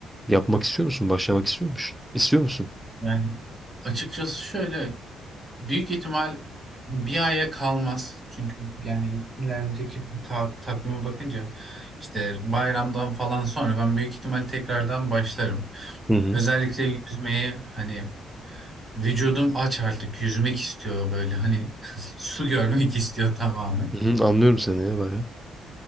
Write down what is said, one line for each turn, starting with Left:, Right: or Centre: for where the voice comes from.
Centre: yapmak istiyor musun? Başlamak istiyor musun? İstiyor musun?
Right: Yani açıkçası şöyle Büyük ihtimal bir aya kalmaz. Çünkü yani ilerideki ta- takvime bakınca işte bayramdan falan sonra ben büyük ihtimal tekrardan başlarım.
Centre: Hı hı.
Right: Özellikle yüzmeyi hani vücudum aç artık yüzmek istiyor böyle hani <laughs> su görmek istiyor tamamen.
Centre: Hı hı, anlıyorum seni ya bayağı.